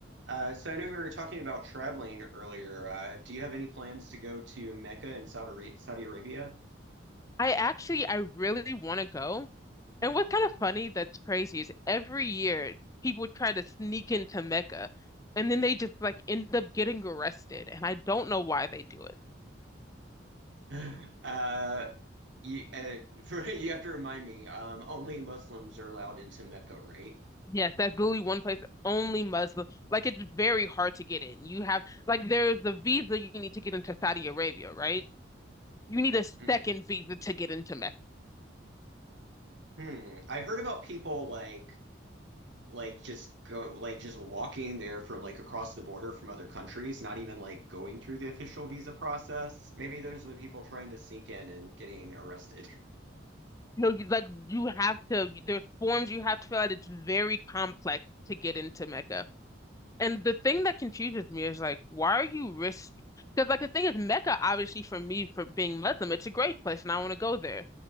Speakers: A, on the right; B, on the left.
A: Uh, So I know we were talking about traveling earlier. Uh, do you have any plans to go to Mecca in Saudi Ara- Saudi Arabia?
B: I actually, I really want to go. And what's kind of funny that's crazy is every year people try to sneak into Mecca and then they just like end up getting arrested. And I don't know why they do it.
A: <laughs> Uh, you, uh, <laughs> for, you have to remind me, um, only Muslims are allowed into Mecca, right?
B: Yes, that's literally one place only Muslim. Like it's very hard to get in. You have like there's the visa you need to get into Saudi Arabia, right? You need a second
A: Mhm.
B: visa to get into Mecca.
A: Hmm. I've heard about people like like just go like just walking there from like across the border from other countries, not even like going through the official visa process. Maybe those are the people trying to sneak in and getting arrested. <laughs>
B: You know, you, like you have to, there's forms you have to fill out. It's very complex to get into Mecca. And the thing that confuses me is like, why are you risk? Because like the thing is, Mecca obviously for me for being Muslim, it's a great place, and I want to go there.